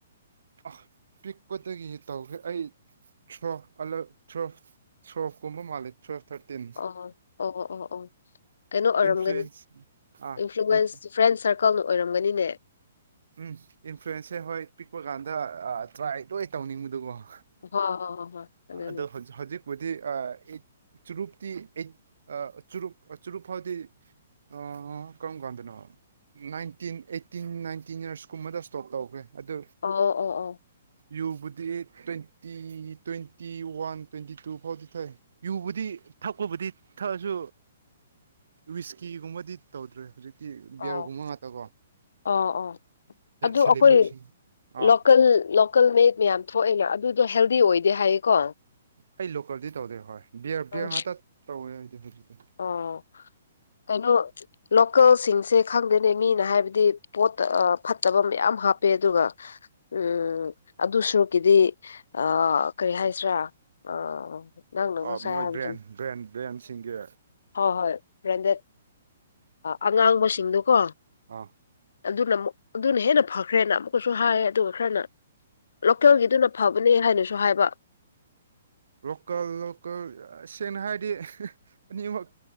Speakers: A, on the right; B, on the left.
A: ꯑ ꯄꯤꯛꯄꯗꯒꯤ ꯇꯧꯈ꯭ꯔꯦ ꯑꯩ ꯊ꯭ꯋ‌ꯦꯞ ꯑꯂ ꯊ꯭ꯋ‌ꯦꯞ ꯊ꯭ꯋ‌ꯦꯞ ꯀꯨꯝꯕ ꯃꯥꯜꯂꯤ ꯇꯨꯋꯦꯜꯕ ꯊꯥꯔꯇꯤꯟ
B: ꯑꯣ ꯑꯣ ꯑꯣ ꯑꯣ ꯑꯣ ꯀꯩꯅꯣ ꯑꯣꯏꯔꯝꯒꯅꯤ
A: ꯏꯟꯐ꯭ꯂꯋ‌ꯦꯁ ꯑꯥ
B: ꯏꯟꯐ꯭ꯂꯨꯋꯟꯁ
A: ꯏꯟ
B: ꯐ꯭ꯔꯦꯟ ꯁꯔꯀꯜꯅ ꯑꯣꯏꯔꯝꯒꯅꯤꯅꯦ
A: ꯎꯝ ꯏꯟꯐ꯭ꯂꯨꯌꯦꯟꯁꯁꯦ ꯍꯣꯏ ꯄꯤꯛꯄ ꯀꯥꯟꯗ ꯇ꯭ꯔꯥꯏ ꯂꯣꯏ ꯇꯧꯅꯤꯡꯕꯗꯨꯀꫭ
B: ꯍꯣꯏ ꯍꯣꯏ ꯍꯣꯏ ꯍꯣꯏ ꯑꯗꯨꯅꯤ
A: ꯑꯗꯣ ꯍꯧꯖꯤꯛ ꯍꯧꯖꯤꯛ ꯄꯨꯗꯤ ꯑꯥ ꯆꯨꯔꯨꯞꯇꯤ ꯑꯥ ꯆꯨꯔꯨꯞ ꯆꯨꯔꯨꯞ ꯐꯥꯎꯗꯤ ꯑꯥ ꯀꯔꯝ ꯀꯥꯟꯗꯅꯣ ꯅꯥꯏꯇꯤꯟ ꯑꯩꯇꯤꯟ ꯅꯥꯏꯟ ꯇꯤꯟ ꯏꯔꯁ ꯀꯨꯝꯕꯗ ꯏꯁ꯭ꯇꯣꯞ ꯇꯧꯈ꯭ꯔꯦ ꯑꯗꯨ
B: ꯑꯣ ꯑꯣ ꯑꯣ
A: ꯌꯨꯕꯨꯗꯤ twenty twenty one twenty two ꯐꯥꯎꯗꯤ ꯊꯛꯏ ꯌꯨꯕꯨꯗꯤ ꯊꯛꯄꯕꯨꯗꯤ ꯊꯛꯑꯁꯨ ꯋꯤꯁꯀꯤꯒꯨꯝꯕꯗꯤ ꯇꯧꯗ꯭ꯔꯦ ꯍꯧꯖꯤꯛ ꯇꯤ
B: ꯑꯣ
A: ꯕꯤꯌꯔꯒꯨꯝꯕ ꯉꯥꯛꯇꯀꯣ
B: ꯑꯣ ꯑꯣꯥ ꯑꯗꯨ
A: ꯁꯦꯂꯦꯕ꯭ꯔꯦꯁꯟ
B: ꯑꯩꯈꯣꯏ
A: ꯑꯥ
B: ꯂꯣꯛꯀꯜ ꯂꯣꯛ ꯂꯣꯀꯜ ꯃꯦꯠ ꯃꯌꯥꯝ ꯊꯣꯛꯑꯦꯅ ꯑꯗꯨꯗꯤ ꯍꯦꯜꯗꯤ ꯑꯣꯏꯗꯦ ꯍꯥꯏꯌꯦꯀꯣ
A: ꯑꯩ ꯂꯣꯀꯦꯜꯗꯤ ꯇꯧꯗꯦ ꯍꯣꯏ ꯕꯤ
B: ꯎꯝ
A: ꯕꯤꯌꯥꯔ ꯉꯥꯛꯇ ꯇꯧꯋꯦ ꯑꯩꯗꯤ ꯍꯧꯖꯤꯛ
B: ꯑꯣ ꯀꯩꯅꯣ ꯂꯣꯀꯦꯜꯁꯤꯡꯁꯦ ꯈꯪꯗꯦꯅꯦ ꯃꯤꯅ ꯍꯥꯏꯕꯗꯤ ꯄꯣꯠꯇ ꯐꯠꯇꯕ ꯃꯌꯥꯝ ꯍꯥꯞꯄꯦ ꯑꯗꯨꯒ ꯎꯝ ꯑꯗꯨꯁꯨꯔꯛꯒꯤꯗꯤ ꯑ ꯀꯔꯤ ꯍꯥꯏꯁꯤ꯭ꯔꯥ ꯑ ꯅꯪ ꯅꯪ
A: ꯑ
B: ꯉꯁꯥꯏ
A: ꯃꯣꯏ
B: ꯍꯥꯏꯕꯗꯨ
A: ꯕ꯭ꯔꯦꯟ ꯕ꯭ꯔꯦꯟ ꯕ꯭ꯔꯦꯟꯁꯤꯡꯒꯤ ꯑ
B: ꯍꯣꯏ ꯍꯣꯏ ꯕ꯭ꯔꯦꯟꯗꯦꯠ ꯑꯉꯥꯡꯕꯁꯤꯡꯗꯨꯀꯣ
A: ꯑꯥ
B: ꯑꯗꯨꯅ ꯑꯃꯨꯛ ꯑꯗꯨꯅ ꯍꯦꯟꯅ ꯐꯈ꯭ꯔꯦꯅ ꯑꯃꯨꯛꯀꯁꯨ ꯍꯥꯏ ꯑꯗꯨꯒ ꯈꯔꯅ ꯂꯣꯀꯦꯜꯒꯤꯗꯨꯅ ꯐꯕꯅꯦ ꯍꯥꯏꯅꯁꯨ ꯍꯥꯏꯕ
A: ꯂꯣꯀꯜ ꯂꯣꯀꯜ ꯁꯦꯡꯅ ꯍꯥꯏꯔꯗꯤ ꯑꯅꯤꯃꯛ